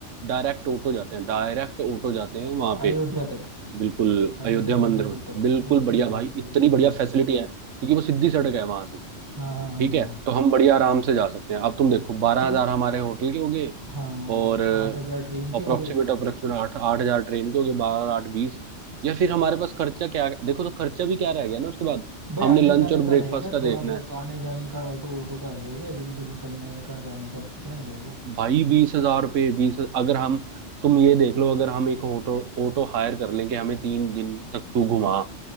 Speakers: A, on the right; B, on the right.
A: डायरेक्ट ऑटो जाते हैं डायरेक्ट ऑटो जाते हैं वहां पे
B: अयोध्या तक
A: बिल्कुल
B: अयोध्या
A: अयोध्या
B: राम
A: मंदिर
B: मंदिर
A: में
B: तक
A: बिल्कुल
B: ओके
A: बढ़िया
B: भाई
A: भाई
B: ओके
A: इतनी
B: ओके
A: बढ़िया
B: भाई
A: फैसिलिटी है क्योंकि वो सीधी सड़क है वहां से
B: हाँ हाँ हाँ
A: ठीक
B: हाँ
A: है
B: हाँ
A: तो हम बढ़िया आराम से जा सकते हैं अब तुम देखो बारह
B: चलो
A: हजार हमारे होटल के हो गए
B: हाँ हाँ,
A: और
B: और आठ हजार ट्रेन के
A: अप्रोक्सीमेट
B: हो गए
A: अप्रोक्सीमेट आठ आठ हजार ट्रेन के हो गए बारह आठ बीस या फिर हमारे पास खर्चा क्या देखो तो खर्चा भी क्या रह गया ना उसके बाद
B: भाई
A: हमने
B: आने
A: लंच
B: जाने
A: और ब्रेकफास्ट
B: का रहेगा
A: का
B: थोड़ा
A: देखना
B: बहुत
A: है
B: आने जाने का ऑटो ऑटो का रहेगा इधर उधर निकलने का जाने का बस इतना ही रहेगा
A: भाई बीस हजार रुपये बीस अगर हम तुम ये देख लो अगर हम एक ऑटो ऑटो हायर कर लें कि हमें तीन दिन तक तू घुमा